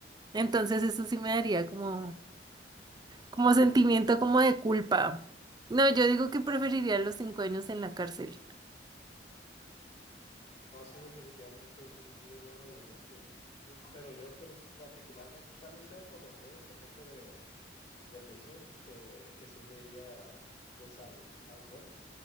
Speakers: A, on the right; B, on the left.
A: Entonces eso sí me daría como como sentimiento como de culpa. No, yo digo que preferiría los cinco años en la cárcel.
B: No, sí, definitivamente es un muy buen argumento, L- pero yo per- particularmente tal vez sea por los miedos que tengo de, de prisión, que, que sí me iría pues al, al coma.